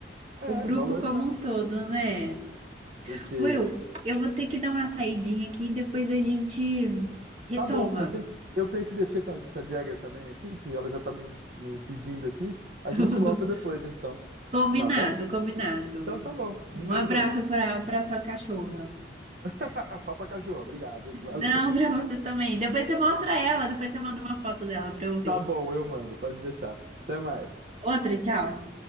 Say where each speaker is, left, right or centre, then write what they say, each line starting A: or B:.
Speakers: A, on the right; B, on the right.
A: é,
B: o grupo
A: valorizar.
B: como um todo, né?
A: Porque
B: Will, eu vou ter que dar uma saidinha aqui e depois a gente retoma.
A: tá bom, eu tenho que, eu tenho que descer com a, com a Jagger também aqui, que ela já tá me, me pedindo aqui. A gente
B: <laughs>
A: volta depois, então.
B: Combinado,
A: Tá bom?
B: combinado.
A: Então tá bom. Um
B: Um
A: beijão.
B: abraço para para sua cachorra.
A: <laughs> Só pra cachorro, obrigado. hein? Valeu.
B: Não, para você também. Depois você mostra ela, depois você manda uma foto dela para eu ver.
A: Tá bom, eu mando. Pode deixar. Até mais.
B: Outra, tchau.